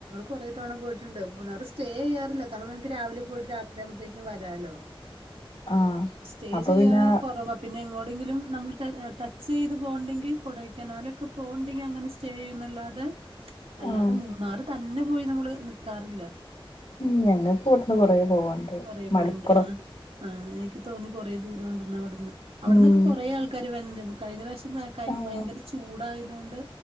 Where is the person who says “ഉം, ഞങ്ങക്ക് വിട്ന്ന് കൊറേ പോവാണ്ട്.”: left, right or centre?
Left